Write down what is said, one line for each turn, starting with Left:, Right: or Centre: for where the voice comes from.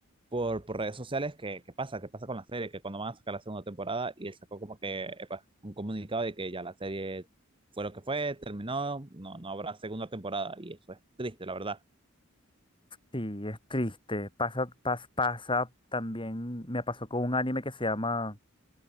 Right: por, por redes sociales que, qué pasa, qué pasa con la serie, que cuando van a sacar la segunda temporada, y él sacó como que epa, un comunicado de que ya la serie fue lo que fue, terminó, no, no habrá segunda temporada, y eso es triste, la verdad.
Left: Sí, es triste. Pasa, pas- pasa también, me pasó con un anime que se llama